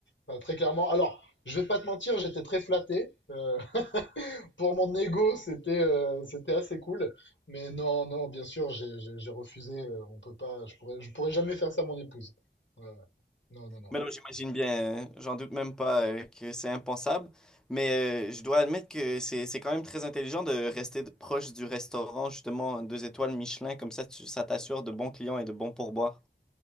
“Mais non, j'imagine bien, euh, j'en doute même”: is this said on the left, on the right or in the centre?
Centre